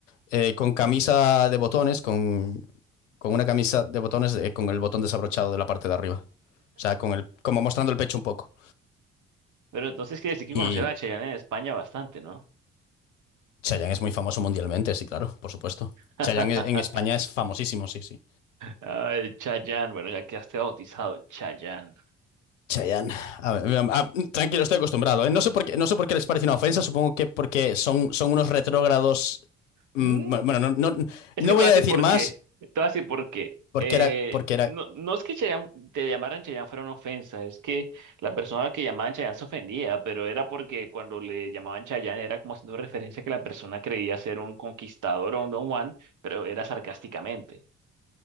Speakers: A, on the left; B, on the right.
A: eh, con camisa de botones, con, con una camisa de botones eh, con el botón desabrochado de la parte de arriba. O sea, con el, como mostrando el pecho un poco.
B: Pero entonces quiere decir que
A: Y
B: conocer a Chayanne en España bastante, ¿no?
A: Chayanne es muy famoso mundialmente, sí, claro, por supuesto.
B: <laughs>
A: Chayanne en España es famosísimo, sí, sí.
B: Ay, Chayanne, bueno, ya quedaste bautizado, Chayanne.
A: Chayanne. A ver, a- a- tranquilo, estoy acostumbrado. ¿eh? No sé por qué, no sé por qué les parece una ofensa. Supongo que porque son, son unos retrógrados. mm,
B: Mm,
A: Bueno, bueno, no, no,
B: es
A: no
B: que te
A: voy
B: voy a decir
A: a decir
B: por
A: más
B: qué, te voy a decir por qué.
A: porque
B: Eh,
A: era, porque era.
B: no, no es que Chayanne- te llamaran Chayanne fuera una ofensa, es que la persona que llamaban Chayanne se ofendía, pero era porque cuando le llamaban Chayanne era como haciendo referencia a que la persona creía ser un conquistador o un Don Juan, pero era sarcásticamente.